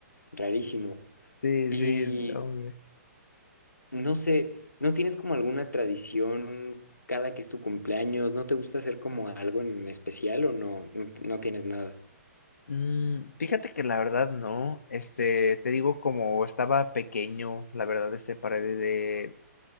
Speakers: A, on the left (about 85°); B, on the left (about 65°).
A: rarísimo.
B: Sí,
A: Y
B: sí, hombre.
A: no sé, ¿no tienes como alguna tradición cada que es tu cumpleaños? ¿No te gusta hacer como algo en especial o no? No, no tienes nada.
B: Mm, fíjate que la verdad no, este, te digo como estaba pequeño, la verdad, este pared